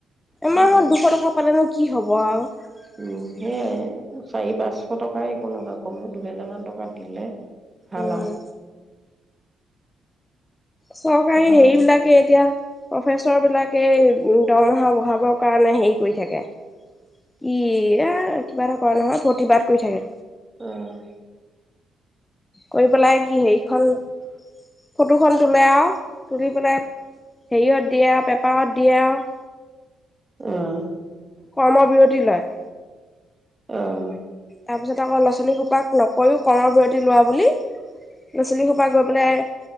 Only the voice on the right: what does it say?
তেনেকে
উম সেয়াই চাৰি পাঁচশ টকাই একো নহয় কমেও দুহেজাৰ মান টকা দিলে- হেল্ল'
অ'
অঁ
উম
অঁ